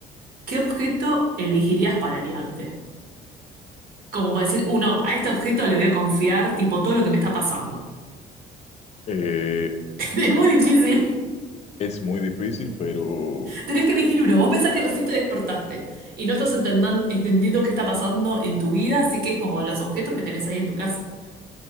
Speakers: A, on the right (about 60°); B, on the left (about 40°).
A: ¿Qué objeto elegirías para aliarte? Como para decir, uno, a este objeto le voy a confiar, tipo, todo lo que me está pasando.
B: Eh,
A: <laughs> Es muy difícil.
B: es muy difícil, pero...
A: Tenés que elegir uno. Vos pensás que recién te despertaste y no estás entendan- entendiendo qué está pasando en tu vida, así que es como los objetos que tenés ahí en tu casa.